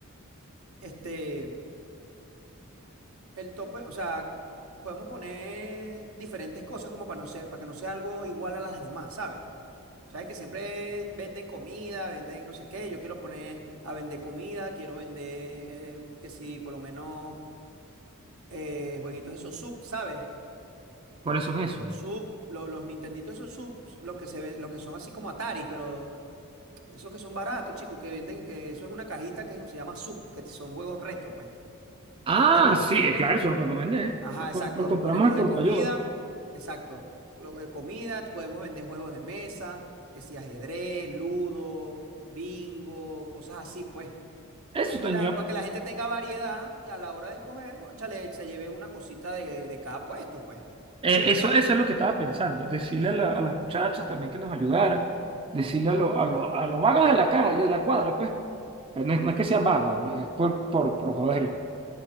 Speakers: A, on the right (about 75°); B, on the right (about 25°).
A: este, el tope, o sea, podemos poner diferentes cosas como para no ser, para que no sea algo igual a las demás, ¿sabes? Sabes que siempre venden comida, venden no sé qué. Yo quiero poner a vender comida, quiero vender, eh, que si por lo menos eh, jueguitos esos sub, ¿sabes?
B: ¿Cuáles son esos?
A: Los sub, lo- los Nintenditos, esos subs, los que se ven, los que son así como Ataris, pero esos que son baratos, chicos, que venden, eh, eso es una cajita que se llama sub, que son juegos retro, pues,
B: Ah,
A: ¿entiendes?
B: sí, eh, claro, eso lo podemos vender.
A: Ajá,
B: Los, com-
A: exacto.
B: los compramos
A: Ponemos
B: al por
A: de comida,
B: mayor.
A: exacto. lo- eh, comida, podemos vender juegos de mesa, que si ajedrez, ludo, bingo, cosas así, pues.
B: Eso
A: Y
B: tenía,
A: la, para que la gente tenga variedad y a la hora de escoger, cónchale, se lleve una cosita de, de cada puesto, pues.
B: eh,
A: Es medio-
B: eso, eso es lo que estaba pensando. Decirle a, la- a las muchachas también que nos ayudaran. Decirle a, lo- a, lo- a los vagos de la cara, de la cuadra, pues. Pero No es, no es que sean vagos, pues, es por, por, por joder.